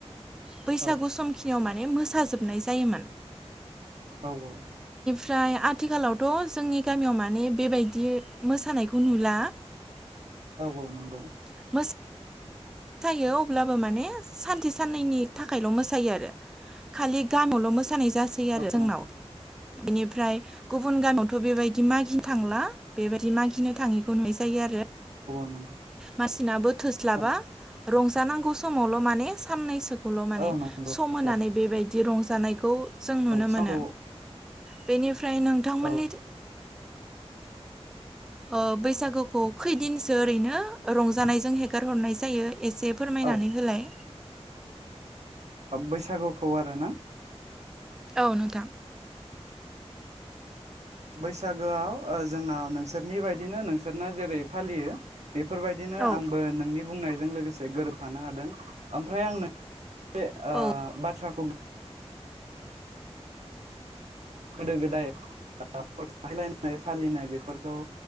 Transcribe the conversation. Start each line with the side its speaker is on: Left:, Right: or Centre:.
Centre: बैसागु
Right: औ
Centre: सम खिनियाव माने मोसा जोबनाय जायोमोन।
Right: औ औ।
Centre: ओमफ्राय आथिखालावथ' जोंनि गामियाव माने बेबायदि मोसानायखौ नुला
Right: नंगौ औ नंगौ
Centre: <inaudible> मोसायो अब्लाबो माने सानसे साननैनि थाखायल' मोसायो आरो खालि गामियावल' मोस मोसानाय जासै
Right: औ
Centre: आरो
Right: औ
Centre: जोंनाव बेनिफ्राय गुबुन गामियावथ' बेबायदि म थांला बेबायदि मागिनो थाङिखौ नस जायो आरो
Right: नंगौ
Centre: मासिनाबो थोस्लाबा
Right: औ
Centre: रंजानांगौ समावल' माने साननैसोखौल' माने
Right: औ नंगौ
Centre: सम
Right: थोस्लाबा
Centre: होनानै बेबायदि रंजानायखौ जों
Right: औ
Centre: नुनो
Right: समखौ
Centre: मोनो बेनिफ्राय नोंथांमोननि
Right: औ
Centre: <inaudible> बैसागुखौ खैदिनसो ओरैनो रंजानायजों हेगार हरनायसै जायो एसे फोरमायनानै
Right: ओ
Centre: होलाय?
Right: बैसागुखौ आरोना
Centre: औ नोंथां।
Right: बैसागोआव जोंनाव नोंसोरनि बायदिनो नोंसोरना जेरै फालियो बेफोरबायदिनो
Centre: औ
Right: आंबो नोंनि बुंनायजों लोगोसे गोरोबफानो हादों ओमफ्राय आं नों बे
Centre: औ
Right: बाथ्राखौ गोदो गोदाय फायलायनाय फालिनाय बेफोरखौ